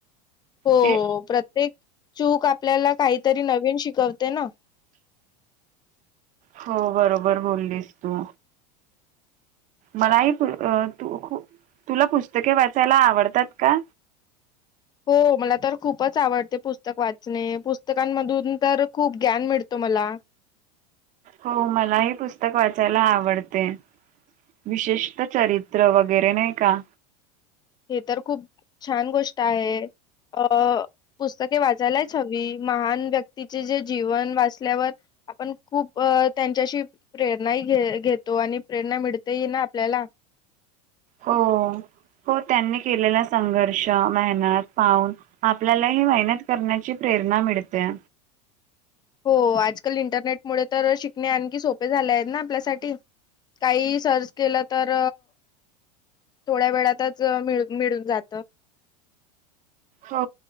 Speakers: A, on the left; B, on the right.
A: हो
B: ते
A: प्रत्येक चूक आपल्याला काहीतरी नवीन शिकवते ना
B: हो बरोबर बोललीस तू मलाही तू खूप तुला पुस्तके वाचायला आवडतात का?
A: हो मला तर खूपच आवडते पुस्तक वाचणे पुस्तकांमधून तर खूप ग्यान मिळतो मला
B: हो मलाही पुस्तक वाचायला आवडते विशेषत चरित्र वगैरे नाही का
A: हे तर खूप छान गोष्ट आहे अ पुस्तके वाचायलाच हवी महान व्यक्तीचे जे जीवन वाचल्यावर आपण खूप त्यांच्याशी प्रेरणा ही घे घेतो आणि प्रेरणा मिळते ही ना आपल्याला
B: हो, हो त्यांनी केलेला संघर्ष मेहनत पाहून आपल्याला ही मेहनत करण्याची प्रेरणा मिळते
A: हो आजकाल इंटरनेट मुळे तर शिकणे आणखी सोपे झाले आहेत ना आपल्यासाठी काही सर्च केलं तर थोड्या वेळातच मिळ मिळून जातं
B: हो